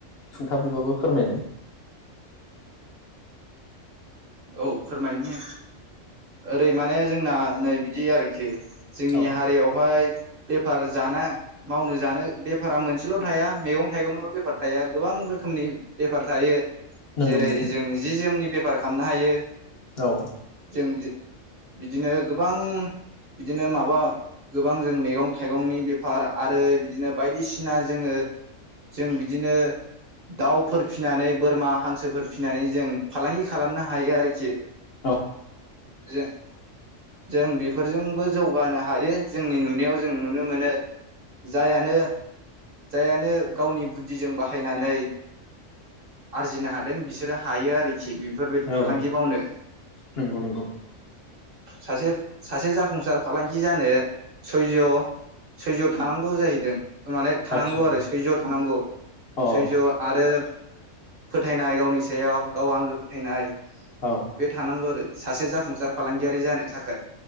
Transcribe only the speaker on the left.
सुंथाबैबाबो फोरमायनाय
औ
नंगौ
नंगौ
औ
औ
औ
नंगौ नंगौ
आतसा
अ
औ